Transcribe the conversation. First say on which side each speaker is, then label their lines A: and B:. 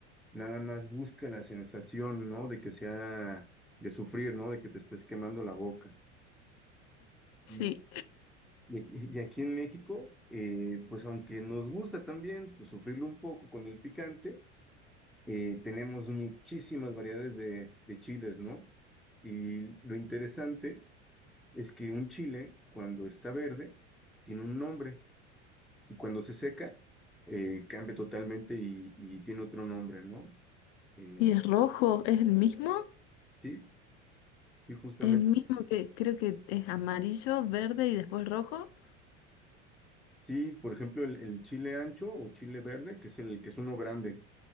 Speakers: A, in the centre; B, on the left (about 60°).
A: nada más busca la sensación, ¿no? De que sea de sufrir, ¿no? De que te estés quemando la boca.
B: Sí.
A: y Y aquí y aquí en México, eh, pues aunque nos gusta también pues, sufrirlo un poco con el picante, eh, tenemos muchísimas variedades de, de chiles, ¿no? Y lo interesante es que un chile, cuando está verde, tiene un nombre y cuando se seca, eh, cambia totalmente y, y tiene otro nombre, ¿no? Eh,
B: ¿Y es rojo? ¿Es el mismo?
A: sí, sí, justamente.
B: ¿Es el mismo que creo que es amarillo, verde y después rojo?
A: Sí, por ejemplo, el, el chile ancho o chile verde, que es el que es uno grande.